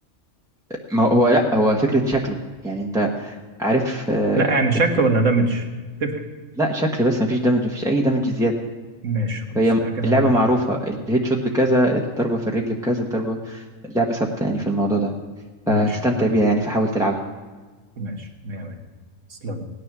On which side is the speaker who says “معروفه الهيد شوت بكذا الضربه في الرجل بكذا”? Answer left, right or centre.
Centre